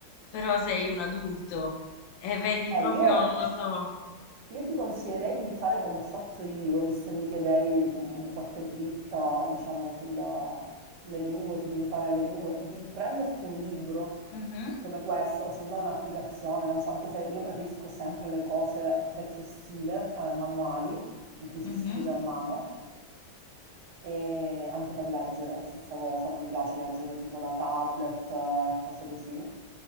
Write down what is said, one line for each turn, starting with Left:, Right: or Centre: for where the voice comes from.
Left: però sei un adulto e vedi
Right: eh,
Left: proprio,
Right: io
Left: non lo so.
Right: Io ti consiglierei di fare come ho fatto io, visto che mi chiedevi mh, qualche dritta, diciamo, sulla- sulle lingue, sull'imparare le lingue, di prenderti un libro
Left: Mhm,
Right: come questo, o se no un'applicazione, non so, anche se io preferisco sempre le cose vecchio stile, eh, manuali, in cui
Left: mhm,
Right: si scrive a mano, e anche per leggere, stessa cosa, non mi piace leggere tipo da tablet eh, e cose così.